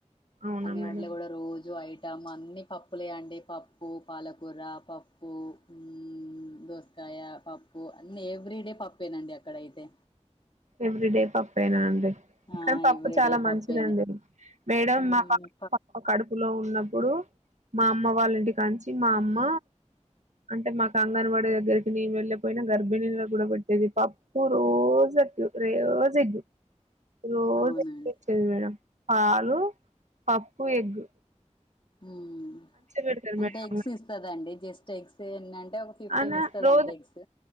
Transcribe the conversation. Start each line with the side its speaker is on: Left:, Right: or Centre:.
Right: అవునా
Left: అంగన్
Right: మేడం
Left: బడిల కూడ రోజు అయి టం అన్ని పప్పులే అండి పప్పు పాలకూర, పప్పు ఊమ్ దోస్ కాయ పప్పు అన్ని ఎవ్రీ డే పప్పేనండి అక్కడ అయితే
Right: ఎవ్రిడే పప్పెనా అండి
Left: ఆ
Right: కని పప్పు
Left: ఎవ్రీడే
Right: చాలా
Left: పప్పేనే
Right: మంచిదండి మేడం
Left: మ్మ్
Right: మా పా ప కడుపులో ఉన్నప్పుడు మా అమ్మ వాళ్ళంటి కాంచి మా అమ్మ అంటే మాకు అంగన్బడీ దగ్గరికి మేం ఎళ్ళక పోయినా గర్భిణీలగ్గుడ పెట్టేది పప్ ఒ రోజు ఎగ్గు రె రోజు ఎగ్గు రోజు
Left: అవునండి
Right: ఎగ్ పెట్టేది మేడం పాలు, పప్పు, ఎగ్గ్
Left: ఊమ్
Right: పెడతారు
Left: అంటే
Right: మేడం
Left: ఎగ్స్ ఇస్తదండి జస్ట్ ఎగ్స్ ఏందంటే ఒక ఫిఫ్టీన్
Right: అన
Left: ఇస్తదండి
Right: రోజు
Left: ఎగ్స్